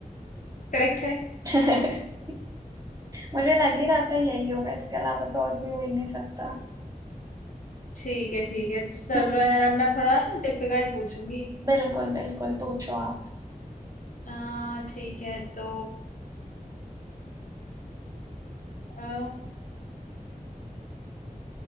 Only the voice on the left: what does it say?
करेक्ट है
ठीक है ठीक है चलो
यार अब मैं थोड़ा डिफिकल्ट पूछूंगी
आ, ठीक है तो आ,